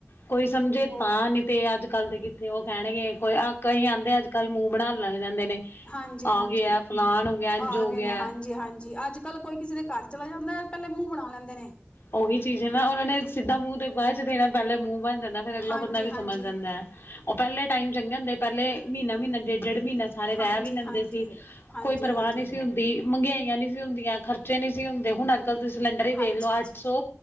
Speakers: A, on the left; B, on the left.
A: ਕੋਈ ਸਮਝੇ
B: ਉਹ
A: ਤਾਂ ਨੀ ਤੇ ਅੱਜ ਕੱਲ ਦੇ ਕਿਥੇ ਉਹ ਕਹਿਣਗੇ ਕੋਈ ਕਈ ਆਂਦੇ ਅੱਜ- ਕੱਲ੍ਹ ਮੂੰਹ ਬਣਾਉਣ ਲਗ ਜਾਂਦੇ ਨੇ।
B: ਹਾਂਜੀ-ਹਾਂਜੀ
A: ਆ ਗਿਆ ਫਲਾਨ ਹੋ ਗਿਆ ਇੰਝ
B: ਆ
A: ਹੋ
B: ਗਏ
A: ਗਿਆ
B: ਨੇ ਹਾਂਜੀ-ਹਾਂਜੀ ਅੱਜ ਕੱਲ ਕੋਈ ਕਿਸੇ ਦੇ ਘਰ ਚਲਾ ਜਾਂਦਾ ਏ। ਪਹਿਲੇ ਮੂੰਹ ਬਣਾ ਲੈਂਦੇ ਨੇ।
A: ਉਹੀ ਚੀਜ਼ ਹੈ ਨਾ ਉਹਨਾਂ ਨੇ ਸਿੱਧਾ ਮੂੰਹ ਤੇ ਬਾਅਦ 'ਚ ਦੇ ਨਾ ਪਹਿਲੇ ਮੂੰਹ ਬਣ ਜਾਂਦਾ ਫਰ ਅਗਲਾ
B: ਹਾਂਜੀ
A: ਬੰਦਾ ਵੀ
B: ਹਾਂਜੀ
A: ਸਮਝ ਜਾਂਦਾ। ਉਹ ਪਹਿਲੇ ਟਾਈਮ ਚੰਗੇ ਹੁੰਦੇ ਪਹਿਲੇ ਮਹੀਨਾ- ਮਹੀਨਾ ਡੇਢ- ਡੇਢ ਮਹੀਨਾ ਸਾਰੇ ਰਹਿ
B: ਹਾਂਜੀ
A: ਵੀ ਲੈਂਦੇ
B: ਹਾਂਜੀ
A: ਸੀ।
B: ਹਾਂਜੀ
A: ਕੋਈ ਪਰਵਾਹ
B: ਹਾਂਜੀ
A: ਨਹੀਂ ਸੀ
B: ਹਾਂਜੀ
A: ਹੁੰਦੀ ਮਹਿੰਗਾਈਆਂ ਨਹੀਂ ਸੀ ਹੁੰਦੀਆਂ ਖਰਚੇ ਨਹੀਂ ਸੀ ਹੁੰਦੇ ਹੁਣ ਅੱ ਅੱਜ ਕੱਲ ਤੁਸੀਂ ਸਿਲੰਡਰ ਹੀ ਵੇਖ
B: ਹਾਂਜੀ
A: ਲਓ ਅੱਠ ਸੌ